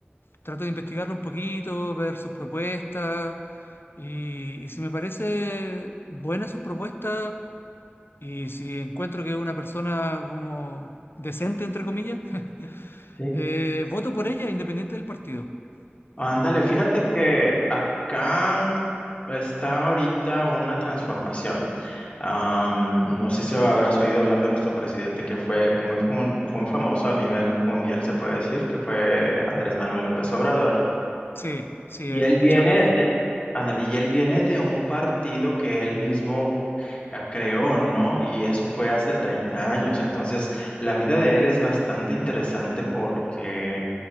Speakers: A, on the left (about 65°); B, on the left (about 30°).
A: trato de investigarlo un poquito, ver sus propuestas y, y si me parece buena sus propuestas y si encuentro que es una persona como decente, entre comillas, <laughs>
B: sí,
A: eh, voto por ella independiente del partido.
B: Ándale,
A: Eh,
B: fíjate que acá está ahorita una transformación. Am, no sé si habrás oído hablar de nuestro presidente que fue muy, famoso muy famoso a nivel mundial, se puede decir, que fue Andrés Manuel López Obrador.
A: Sí, sí,
B: Y
A: eh,
B: él
A: escuché
B: viene,
A: hablar de él.
B: eh, ándale, y él viene de un partido que él mismo c- ah, creó, ¿no? Y eso fue hace 30 años. Entonces, la vida de él es bastante interesante porque